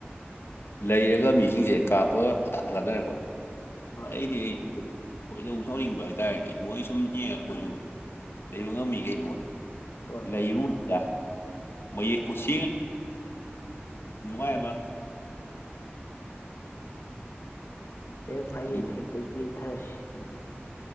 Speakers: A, on the left (about 65°); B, on the left (about 85°).
A: ꯂꯩꯔꯒ ꯃꯤꯁꯤꯡꯁꯦ ꯀꯥꯞꯄꯒ ꯄꯣꯊꯥ ꯊꯒꯠꯅꯔꯛꯄ
B: ꯍꯣꯏ
A: ꯑꯩꯗꯤ ꯑꯩ ꯈꯣꯏꯗꯧ ꯁꯧꯅꯤꯡꯕ ꯍꯥꯏꯇꯥꯔꯦꯅꯦ ꯃꯣꯏ ꯁꯨꯝ ꯌꯦꯡꯉ ꯑꯩꯈꯣꯏꯁꯨ
B: ꯑꯥ
A: ꯂꯩꯕ ꯉꯝꯃꯤ ꯀꯩꯅꯣꯗ
B: ꯍꯣꯏ
A: ꯂꯩꯔꯨꯅꯤꯗ ꯃꯌꯦꯛ
B: ꯑꯣ
A: ꯈꯨꯠꯁꯦꯝ
B: ꯍꯣꯏ
A: ꯅꯨꯡꯉ ꯃꯥ
B: ꯍꯌꯦꯡ ꯐꯥꯏꯅꯦꯜꯗ
A: ꯑꯗꯨ
B: ꯍꯦꯛꯇ ꯌꯦꯡꯊꯔꯁꯤ ꯑꯗꯨꯗꯤ